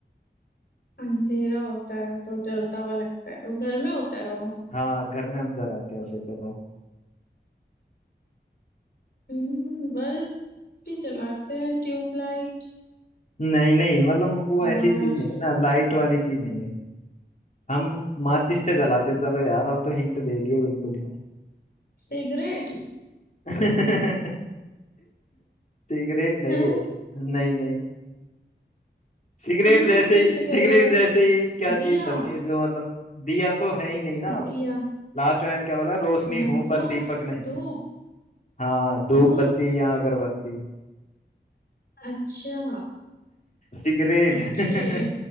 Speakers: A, on the left; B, on the left.
A: अंधेरा होता है तो जलता हुआ लगता है वो घर में होता है वो
B: हाँ घर में हम जलाते हैं उसे चलो
A: हम्म, बल्ब भी जलाते हैं ट्यूबलाइट
B: नहीं नहीं मतलब वो
A: और
B: ऐसी चीज नहीं है ना लाइट वाली चीज नहीं है हम माचिस से जलाते हैं चलो यार अब तो हिंट दे दिए बिल्कुल ही
A: सिगरेट
B: <laughs> सिगरेट नहीं
A: हैं
B: है नहीं नहीं सिगरेट
A: माचिस
B: जैसे
A: से
B: सिगरेट
A: क्या जला
B: जैसे ही क्या
A: दिया
B: चीज जलती है जो मतलब दिया तो है ही नहीं ना
A: दिया
B: लास्ट में मैंने क्या बोला रोशनी
A: अ,
B: हूं
A: धूप
B: पर दीपक नहीं
A: धूप
B: हाँ धूप
A: धूप
B: बत्ती या अगरबत्ती
A: अच्छा
B: सिगरेट
A: ओके